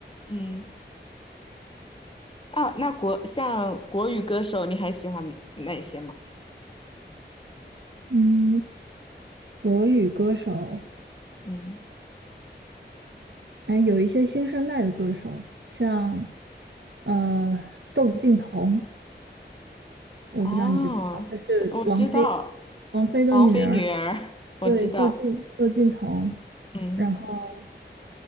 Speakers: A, on the left; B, on the right.
A: 嗯，那那国像国语歌手，你还喜欢哪些吗？
B: 嗯，国语歌手，
A: 嗯，
B: 哎，有一些新生代的歌手，像呃窦靖童，我不知道你知不知道，
A: 哦，
B: 就是王菲
A: 我知道，
B: 王菲的女儿，
A: 王菲女儿，我知道，
B: 对，窦靖窦靖童，
A: 嗯。
B: 然后